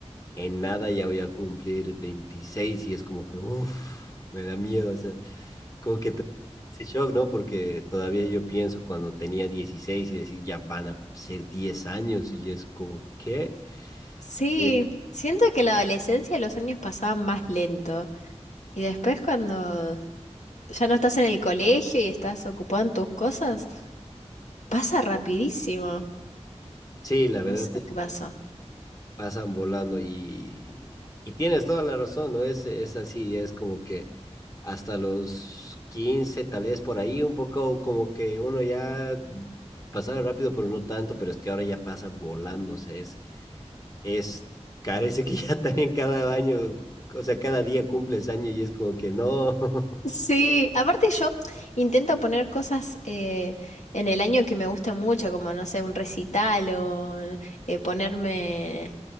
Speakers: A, on the left; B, on the left.
A: en nada ya voy a cumplir 26 y es como que, uff, me da miedo, o sea, como que te- ese shock, ¿no? Porque todavía yo pienso cuando tenía 16 y decir, ya van a ser 10 años y es como, ¿qué?
B: Sí,
A: Eh,
B: siento que la adolescencia los años pasaban más lento y después cuando ya no estás en el colegio y estás ocupado en tus cosas, pasa rapidísimo.
A: Sí, la verdad
B: No sé qué pasó.
A: pasan volando y, y tienes toda la razón, ¿no? Es, es así, es como que hasta los 15 tal vez por ahí, un poco como que uno ya pasaba rápido, pero no tanto, pero es que ahora ya pasa volando, o sea, es, es, parece que ya <laughs> también cada año, o sea, cada día cumples año y es como que no. <laughs>
B: Sí, aparte yo intento poner cosas eh, en el año que me gustan mucho, como no sé, un recital o eh, ponerme